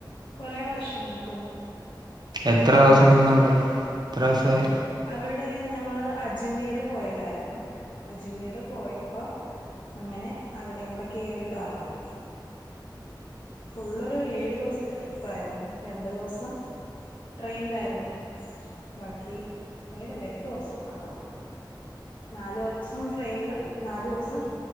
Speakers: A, on the left; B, on the right.
A: കൊറെ വർഷങ്ങൾക്ക് മുമ്പ്.
B: എത്ര സം നിന്ന് അവിടെ എത്ര സം ആയി.
A: അവിടെ ഞങ്ങൾ അജ്മീർ പോയതായിരുന്നു അജ്മീർ പോയപ്പം അങ്ങനെ അവിടെയും കൂടെ കയറിയിട്ട് വന്നത്. ഫുള്ള് ഒരുഏഴു ദിവസത്തെ ട്രിപ്പായിരുന്നു രണ്ടു ദിവസം. ട്രെയിൻലായിരുന്നു. ബാക്കി ഏഴ്ല്ല എട്ട് ദിവസം ആണ്ട തോന്നുന്നു നാലു ദിവസം ട്രെയിനിലും. നാാലു ദിവസം